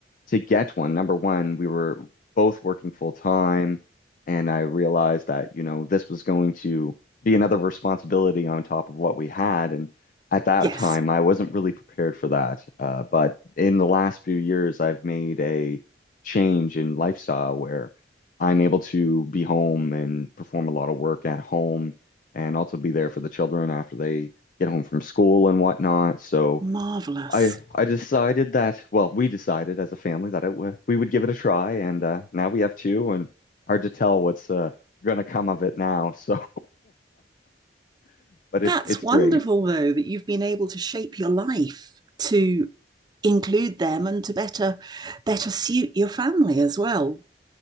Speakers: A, on the left; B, on the right.
A: to get one. Number one, we were both working full time, and I realized that, you know, this was going to be another responsibility on top of what we had. And at that
B: yes,
A: time, I wasn't really prepared for that. Uh, but in the last few years, I've made a change in lifestyle where I'm able to be home and perform a lot of work at home and also be there for the children after they get home from school and whatnot. So,
B: marvelous.
A: I I decided that, well, we decided as a family that it w we would give it a try, and uh, now we have two, and hard to tell what's uh, gonna come of it now. So, <laughs> but it's
B: That's
A: it's
B: wonderful,
A: great.
B: though, that you've been able to shape your life to include them and to better better suit your family as well.